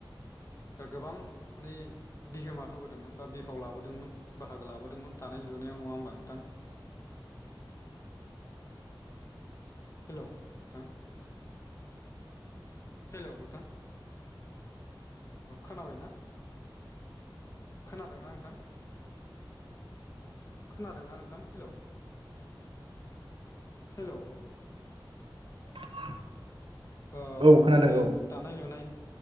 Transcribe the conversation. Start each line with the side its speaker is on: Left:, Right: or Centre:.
Left: गोबां माने बिहोमा होबोदोंमोन बा बिफाव लाबोदोंमोन बाहागो लाबोदोंमोन दानाय लुनायाव नङा होमबा नोंथां? हेलौ नोंथां। हेलौ नोंथां खोनाबायना? खोनादोंना नोंथां? खोनादोंना नोंथां हेलौ हेलौ।
Right: <inaudible>
Left: अ अ
Right: औ खोनादों
Left: बे
Right: औ
Left: दानाय लुनायष